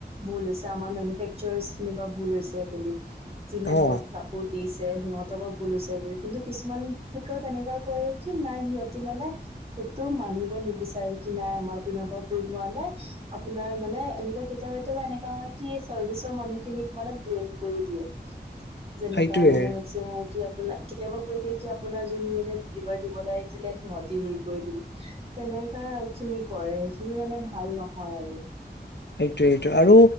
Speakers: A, on the right; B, on the left.
A: ভুল হৈছে আমাৰ মেনুফেকচাৰ খিনি পা ভুল হৈছে বুলি <unintelligible>
B: অ
A: দিছে সিহঁতৰ বা ভুল হৈছে বুলি কিন্তু কিছুমান ক্ষেত্ৰত এনেকোৱা কৰে কি নাই সিহঁতি মানে সেইটো মানিব নিবিচাৰে কি নাই আমাৰ পিনৰ পৰা ভুল হোৱা নাই আপোনাৰ মানে, এনেকা কেতিয়াবা কেতিয়াবা এনেকা হয় কি চাৰ্ভিচৰ মানুহখিনিক মানে ব্লেম কৰি দিয়ে। যেনেকা
B: সেইটোয়ে
A: মানে মেক্সিমাম কি আপোনা কেতিয়াবা কৈ দিয়ে কি আপোনাৰ যোনজনে ডিলিভাৰী দিবলৈ আহিছিলে সিহঁতি হেৰি কৰি দিলে তেনেকা একচুৱেলি কৰে, সেইখিনি মানে ভাল ন হয় আৰু।
B: সেইটোৱে সেইটোৱে আৰু